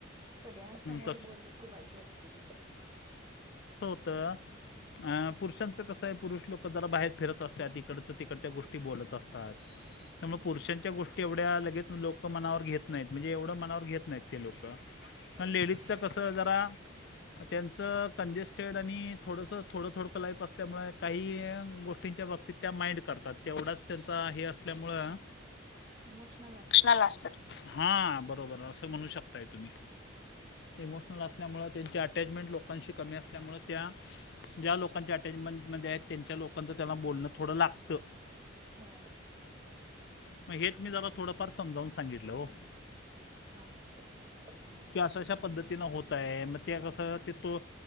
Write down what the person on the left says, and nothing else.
तस
तर पुरुषांचं कसं आहे पुरुष लोक लोक जरा बाहेर फिरत असत्यात इकडचं, तिकडच्या गोष्टी बोलत असतात.
त्यामुळ पुरुषांच्या गोष्टी एवढ्या लगेच लोकं मनावर घेत नाहीत, म्हणजे एवढं मनावर घेत नाहीत ते लोकं
अण
लेडीजचं कसं जरा त्यांचं कंजेस्टेड आणि थोडस थोडं -थोडकं लाईप असल्यामुळे काही गोष्टींच्या बाबतीत त्या माइंड करतात, तेवढाच त्यांचा हे असल्यामुळं
इमोशनल
आसता, हा बरोबर असं म्हणू शकताय तुम्ही इमोशनल असल्यामुळं त्यांची अटॅचमेंट लोकांशी कमी असल्यामुळं त्या ज्या लोकांच्या अटॅचमेंटमध्ये आहेत त्यांच्या लोकांचं त्यांना बोलणं थोडं लागतं.
म हेच मी जरा थोडंफार समजावून सांगितलं हो.
की अशा, अशा पद्धतीनं होत आहे मग ते कसं ते तो